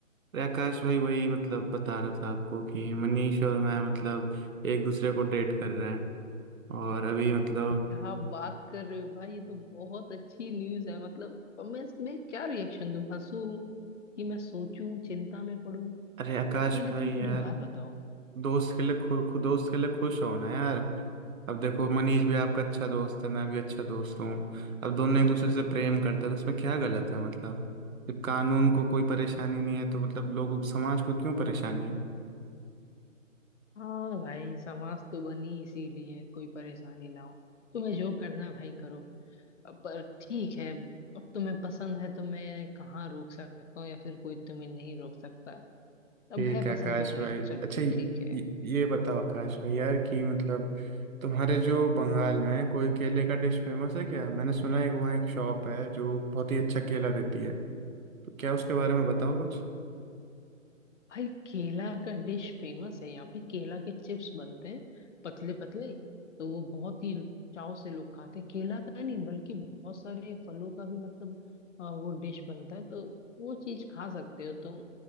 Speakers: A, on the right; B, on the left.
A: अरे आकाश भाई वही मतलब बता रहा था आपको कि मनीष और मैं मतलब एक दूसरे को डेट कर रहे हैं और अभी मतलब
B: क्या बात कर रहे हो भाई ये तो बहुत अच्छी न्यूज है मतलब अब मैं इसमें क्या रिएक्शन दूं हंसूं कि मैं सोचूं चिंता में पड़ूं
A: अरे आकाश
B: पहले
A: भाई
B: तुम पूरी
A: यार
B: बात बताओ
A: दोस्त के लिए खु, खु, दोस्त के लिए खुश हो ना यार अब देखो मनीष भी आपका अच्छा दोस्त है मैं भी अच्छा दोस्त हूँ अब दोनों एक दूसरे से प्रेम करते हैं तो उसमें क्या गलत है मतलब जब कानून को कोई परेशानी नहीं है तो मतलब लोगों को समाज को क्यों परेशानी है
B: हाँ भाई समाज तो बनी इसीलिए कोई परेशानी ना हो तुम्हें जो करना है भाई करो अब पर ठीक है अब तुम्हें पसंद है तो मैं कहाँ रोक सकता हूँ या फिर कोई तुम्हें नहीं रोक सकता अब
A: ठीक
B: है
A: है
B: पसंद
A: आकाश
B: तो है
A: भाई
B: चलो
A: अच्छा ये,
B: ठीक है
A: ये बताओ आकाश भाई यार कि मतलब तुम्हारे जो बंगाल में कोई केले का डिश फेमस है क्या मैंने सुना है कि वहाँ एक शॉप है जो बहुत ही अच्छा केला देती है तो क्या उसके बारे में बताओ कुछ
B: भाई केला का डिश फेमस है यहाँ पे केला के चिप्स बनते हैं पतले पतले तो वो बहुत ही चाव से लोग खाते हैं केला का ही नहीं बल्कि बहुत सारे फलों का भी मतलब अ, वो डिश बनता है तो वो चीज खा सकते हो तुम